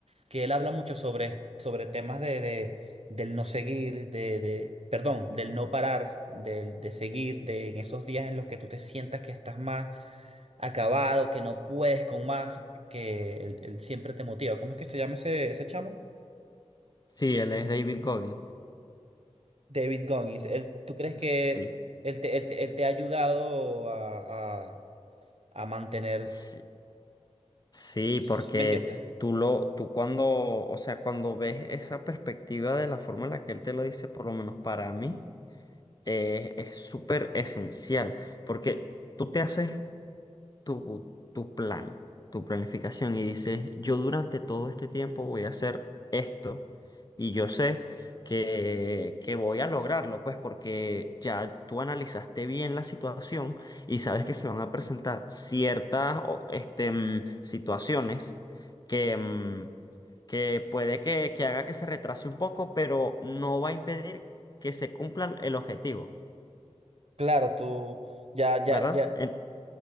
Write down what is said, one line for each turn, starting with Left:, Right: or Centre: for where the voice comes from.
Right: que él habla mucho sobre, sobre temas de, de- del no seguir, de, de, perdón, del no parar, del, de seguir, de en esos días en los que tú te sientas que estás más acabado, que no puedes con más, que él, él siempre te motiva. ¿Cómo es que se llama ese, ese chamo?
Left: Sí, él es David Goggins.
Right: David Goggins. Él, ¿tú crees que
Left: Sí.
Right: él te, él te- él te ha ayudado a, a, a mantener,
Left: Sí, sí,
Right: ¿sí
Left: porque
Right: me entiendes?
Left: tú lo, tú cuando, o sea, cuando ves esa perspectiva de la forma en la que él te lo dice, por lo menos para mí. eh, es súper esencial porque tú te haces tu, tu plan, tu planificación y dices, yo durante todo este tiempo voy a hacer esto y yo sé que, que voy a lograrlo, pues porque ya tú analizaste bien la situación y sabes
Right: ¿Mm?
Left: que se van a presentar ciertas o, este, mm, situaciones que... mm, que puede que, que haga que se retrase un poco, pero no va a impedir que se cumpla el objetivo.
Right: Claro, tú ya,
Left: ¿verdad?
Right: ya, ya,
Left: En-